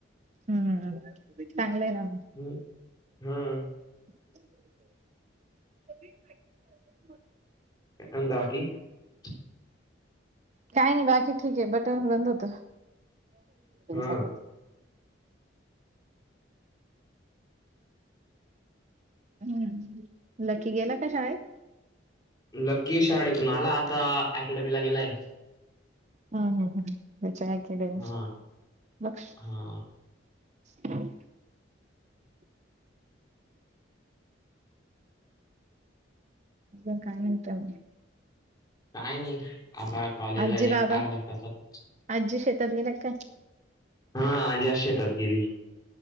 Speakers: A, on the right; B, on the left.
A: हम्म चांगलं आहे ना
B: हम् हम्म
A: <inaudible>
B: ंदा की <inaudible>
A: काही नाही बाकी ठीक आहे बटन बंद होत
B: हा
A: बट हम्म लकी गेला का शाळेत
B: लकी शाडेतून आला आता अकॅडमीला गेलाय
A: हम्म हम्म हेची अकॅडमी
B: हा
A: लक्ष
B: हा
A: हम अ काय म्हणते मग
B: काय नाही आता कॉलेजला
A: आजी
B: जाईन
A: बाबा
B: अर्धा तासात
A: आजी शेतात गेल्या काय
B: हा आजी अश शेतात गेली